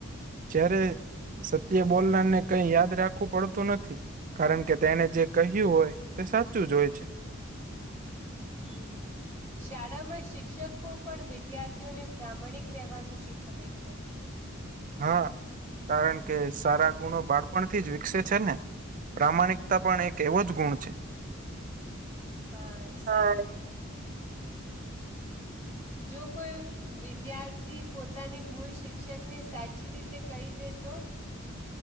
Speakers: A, on the right; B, on the left.
A: જ્યારે સત્ય બોલનારને કઈ યાદ રાખવું પડતું નથી. કારણ કે તેને જે કહ્યું હોય તે સાચું જ હોય છે.
B: હમ. શાળામાં શિક્ષકો પણ વિદ્યાર્થીઓને પ્રામાણિક રહેેવાનું શીખવે છે.
A: હા કારણ કે સારા ગુણો બાળપણથી જ વિકસે છે ને. પ્રામાણિકતા પણ એક એવો જ ગુણ છે.
B: હા સાચું.
A: હા <inaudible>
B: જો કોઈ વિદ્યાર્થી પોતાની ભૂલ શિક્ષક ને સાચી રીતે કહી દે તો